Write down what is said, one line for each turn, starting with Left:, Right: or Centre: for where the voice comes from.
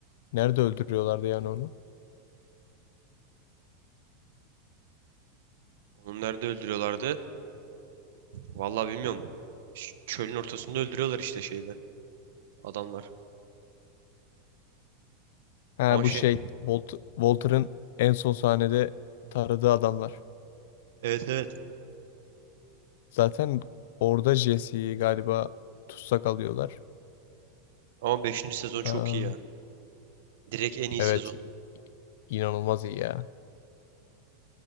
Left: Nerede öldürüyorlardı yani onu?
Right: Onu nerede öldürüyorlardı? Vallahi bilmiyorum. Ş- Çölün ortasında öldürüyorlar işte şeyde adamlar.
Left: Ha
Right: Ama
Left: bu
Right: şey
Left: şey Volt Walter'ın en son sahnede taradığı adamlar.
Right: evet evet.
Left: Zaten orada Jesse'yi galiba tutsak alıyorlar.
Right: Ama beşinci sezon çok
Left: Aa,
Right: iyi ya. Direkt en iyi
Left: evet
Right: sezon.
Left: inanılmaz iyi ya.